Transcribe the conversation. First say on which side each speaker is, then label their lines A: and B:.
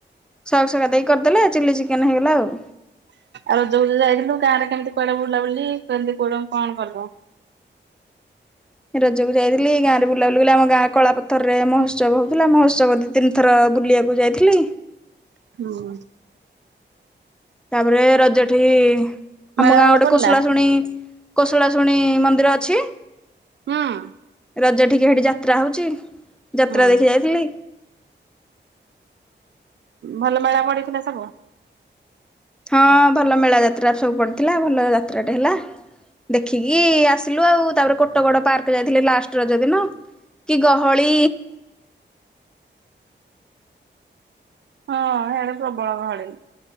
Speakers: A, in the centre; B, on the right.
A: ସକ୍ସ ଘରିକା ଦେଇକି କରିଦେଲେ ଚିଲି ଚିକେନ ହେଇଗଲା ଆଉ।
B: ଆଉ ର ଯାଇଥିଲୁ ଗାଁ ରେ କେମିତି କୁଆଡା ବୁଲା ବୁଲି କେମିତି କୋଉଡ କଣ କଲୁ?
A: <inaudible> ରଜକୁ ଯାଇଥିଲି ଗାଁରେ ବୁଲା ବୁଲି କଲି ଆମ ଗାଁ କଳା ପଥ ରେ ମହୋସବ ହଉଥିଲା ମହୋଷବ ଦିଇ ତିନିଥର ବୁଲି କୁ ଯାଇଥିଲି।
B: ହଁ।
A: ତାପରେ ରଜଠି
B: ମେଳା
A: ଆମ ଗାଁ
B: ଭଲ
A: ଗୋଟେ
B: ପଡିଲା
A: କୋଶଳା ଶୁଣି କୋଶଳା ଶୁଣୀ ମନ୍ଦିର ଅଛି।
B: ହଁ।
A: ରଜ ଟଠିକେ ସେଠି ଯାତ୍ରା ହଉଛି ଯାତ୍ରା
B: ହୁଁ
A: ଦେଖି ଯାଇଥିଲି।
B: ଭଲ ମେଳା ପଡିଥିଲା ସବୁ।
A: ହଁ ଭଲ ମେଳା ଯାତ୍ରା ସବୁ ପଡିଥିଲା ଭଲ ଯାତ୍ରାଟା ହେଲା ଦେଖିକି ଆସ ଆଉ ତାପରେ କୋଟଗଡ ପାର୍କ ଯାଇଥିଲି ଲାଷ୍ଟ ରଜ ଦିନ। କି ଗହଳି
B: ହଁ ହେଆଡ ପ୍ରବଳ ଗହଳି।